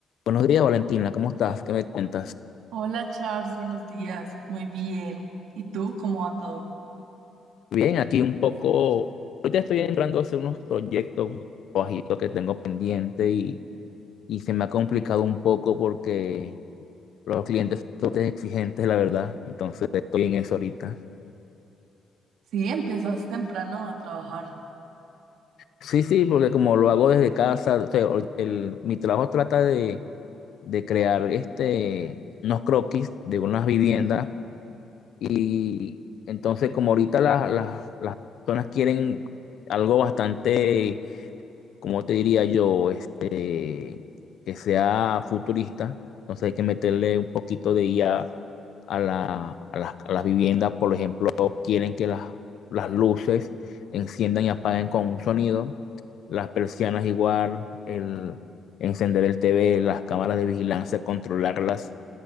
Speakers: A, on the left; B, on the right.
A: Buenos días, Valentina, ¿cómo estás? ¿Qué me cuentas?
B: Hola Charles, buenos días. Muy bien. ¿Y tú cómo va todo?
A: Bien, aquí un poco, ahorita estoy entrando a hacer unos proyectos, bajitos que tengo pendiente y, y se me ha complicado un poco porque los clientes son bastante exigentes, la verdad, entonces estoy en eso ahorita.
B: Sí, empiezas temprano a trabajar.
A: Sí, sí, porque como lo hago desde casa, o sea, ahorita el- mi trabajo trata de, de crear este, unos croquis de unas viviendas Y entonces, como ahorita las, las, las personas quieren algo bastante, como te diría yo, este, que sea futurista, entonces hay que meterle un poquito de IA a a la, a las, a las viviendas. Por ejemplo, quieren que las, las luces enciendan y apaguen con un sonido, las persianas igual, el encender el TV, las cámaras de vigilancia, controlarlas